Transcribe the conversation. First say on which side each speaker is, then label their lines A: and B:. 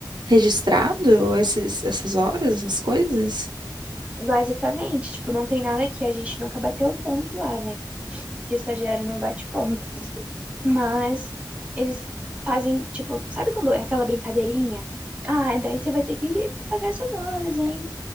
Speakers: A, on the right; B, on the right.
A: registrado esses, essas horas, essas coisas?
B: Basicamente, tipo, não tem nada que a gente nunca bateu ponto lá, né? Que estagiário não bate ponto. Mas eles fazem, tipo, sabe quando é aquela brincadeirinha? Ah, daí você vai ter que me pagar essas horas, hein?